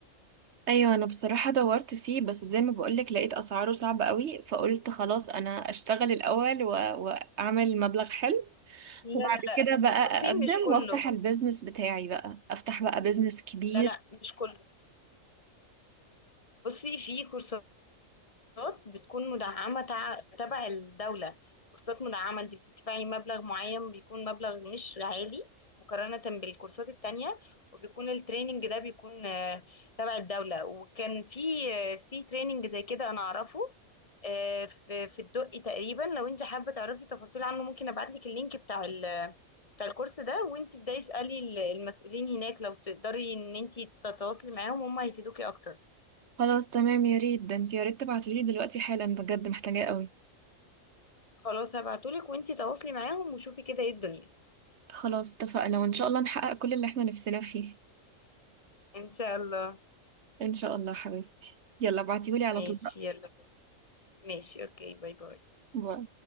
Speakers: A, on the right; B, on the left.
A: ايوه انا بصراحه دورت فيه بس زي ما بقولك لقيت اسعاره صعبه قوي فقلت خلاص انا اشتغل الاول و... واعمل مبلغ حلو
B: لا
A: وبعد
B: لا
A: كده بقى
B: لا بصي
A: اقدم
B: مش كله
A: وافتح البيزنس بتاعي بقى افتح بقى بيزنس كبير
B: لا لا مش كله بصي في كورسات كورسات بتكون مدعمة تع- تبع الدولة كورسات مدعمة انت بتدفعي مبلغ معين بيكون مبلغ مش عالي مقارنة بالكورسات التانية وبيكون التريننج ده بيكون آه، تبع الدولة وكان في آه، في تريننج زي كده انا اعرفه آه، في في الدقي تقريبا لو انت حابة تعرفي تفاصيل عنه ممكن ابعتلك اللينك بتاع ال بتاع الكورس ده وانت بداي اسألي المسؤولين هناك لو تقدري ان انت تتواصلي معاهم هم هيفيدوكي اكتر
A: خلاص تمام يا ريت ده انت يا ريت تبعتيلي دلوقتي حالا بجد محتاجاه قوي
B: خلاص هبعتهولك وانتي تواصلي معاهم وشوفي كده ايه الدنيا
A: خلاص اتفقنا وان شاء الله نحقق كل اللي احنا نفسنا فيه
B: ان شاء الله
A: ان شاء الله حبيبتي يلا ابعتيهولي على
B: ماشي
A: طول بقى
B: يلا ماشي اوكي باي باي
A: باي.